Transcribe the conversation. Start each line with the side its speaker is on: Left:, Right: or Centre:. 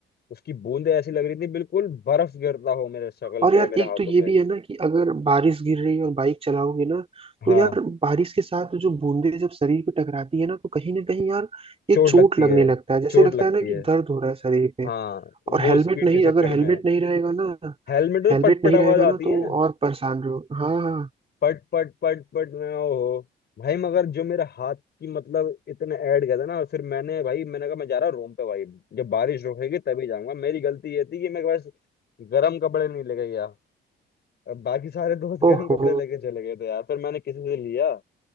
Left: उसकी बूंदें ऐसी लग रही थी बिल्कुल बर्फ गिरता हो मेरे शक्ल
Right: और
Left: पे
Right: यार
Left: मेरे
Right: एक
Left: हाथों
Right: तो ये
Left: पे
Right: भी है ना कि अगर बारिश गिर रही है और बाइक चलाओगे ना तो
Left: हाँ
Right: यार बारिश के साथ जो बूंदे जब शरीर पे टकराती है ना तो कहीं ना कहीं यार ये
Left: चोट
Right: चोट
Left: लगती
Right: लगने
Left: है
Right: लगता है जैसे
Left: चोट
Right: लगता
Left: लगती
Right: है ना
Left: है
Right: कि दर्द हो रहा है शरीर पे
Left: हाँ
Right: और
Left: वो
Right: हेलमेट
Left: स्पीड
Right: नहीं
Left: के
Right: अगर
Left: चक्कर
Right: हेलमेट
Left: में
Right: नहीं रहेगा ना
Left: हेलमेट में
Right: हेलमेट
Left: पट पट
Right: नहीं रहेगा
Left: आवाज
Right: ना
Left: आती
Right: तो
Left: है
Right: और परेशान रहो हाँ हाँ
Left: पट पट पट पट मैं ओहो भाई मगर जो मेरे हाथ की मतलब इतने ऐड गए थे ना फिर मैंने भाई मैंने कहा मैं जा रहा हूँ रूम पे भाई जब बारिश रुकेगी तभी जाऊंगा मेरी गलती ये थी कि मैं बस गर्म कपड़े नहीं लेके गया अब बाकी सारे दोस्त गर्म
Right: ओहो
Left: कपड़े लेके चले गए थे यार फिर मैंने किसी से लिया